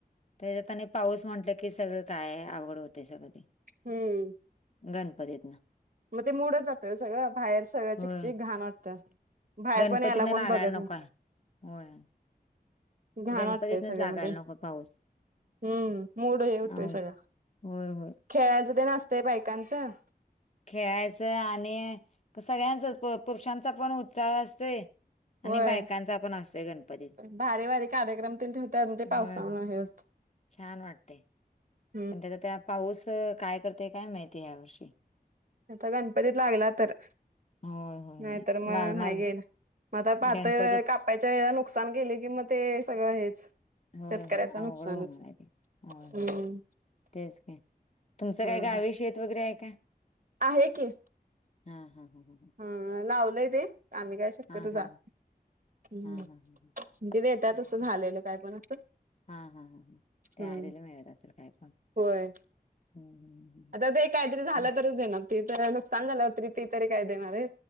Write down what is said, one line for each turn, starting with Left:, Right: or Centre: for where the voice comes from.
Left: त्याच्या त्यांने पाऊस म्हटलं की सगळं काय आवड होते सगळ.
Right: हम्म.
Left: गणपतीत ना.
Right: मग ते मोडत जातं सगळं बाहेर सगळं
Left: होय
Right: चिकचिक घाण वाटत. तर बाहेर
Left: गणपतीनं
Right: पण यायला कोण
Left: लागायला
Right: बघत नाही.
Left: नको आहे. होय
Right: घण
Left: गणपतीतनच
Right: वाटतय सगळ्या
Left: लागायला
Right: म
Left: नको पाऊस.
Right: हम्म मोड हे होतय
Left: अवघ
Right: सगळं.
Left: होय होय
Right: खेळायचं ते नसतय बायकांचं.
Left: खेळायचं आणि सगळ्यांच पुरुषांचा पण उत्साह असतोय. आणि
Right: होय
Left: बायकांचा पण असतोय गणपतीला
Right: भारी भारी कार्यक्रम ते ठेवतात ते
Left: हम
Right: पावसामुळे
Left: ह.
Right: हे होत
Left: छान वाटते
Right: हम्म
Left: पण त्याचा त्या पाऊस काय करते काय माहितीय यावर्षी.
Right: आता गणपतीत लागला तर.
Left: होय होय
Right: नाहीत
Left: होय
Right: मग
Left: लागणार
Right: नाही गेल म आता पाहत
Left: गणपती
Right: काप. नुकसान केले कि म ते सगळं हेच. शेतकऱ्याचं
Left: होय होय अवघड
Right: नुकसानच
Left: होणार आहे ते होय
Right: हम्म.
Left: होय. तेच काय तुमचं
Right: हा
Left: काय गावी शेत वगैरे आहे का.
Right: आहे की.
Left: हा हा हा हा ह.
Right: हा लावलंय ते आम्ही काय शक्यत
Left: हा हा
Right: जा. हम्म
Left: हा हा ह
Right: तिेत
Left: तेच
Right: तसं
Left: की.
Right: झालेलं काय पण असं.
Left: हा हा ह ते
Right: हम्म
Left: आलेला मिळत असेल काय पण.
Right: होय
Left: हम्म हम्म हम्म
Right: आता ते काहीतरी झालं
Left: हम्म.
Right: तरच देणार. ति ज नुक सांगाला होतरी ती तरी काय देणार आहे.